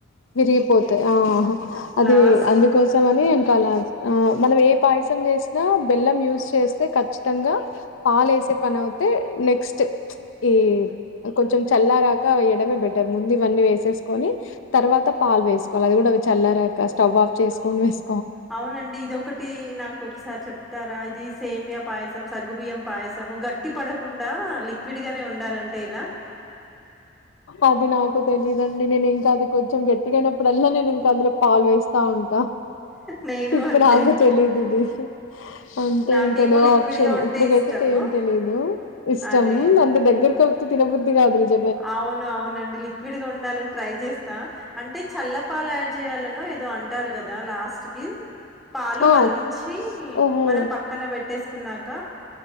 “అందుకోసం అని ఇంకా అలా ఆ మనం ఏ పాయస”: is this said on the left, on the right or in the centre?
Left